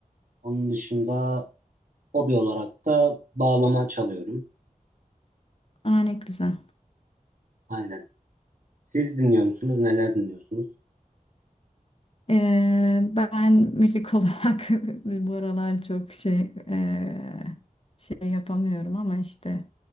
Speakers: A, on the right; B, on the left.
A: Onun dışında hobi olarak da bağlama çalıyorum.
B: Aa, ne güzel.
A: Aynen. Siz dinliyor musunuz? Neler dinliyorsunuz?
B: Ee, ben müzik olarak <laughs> bu aralar çok şey eee, şey yapamıyorum ama işte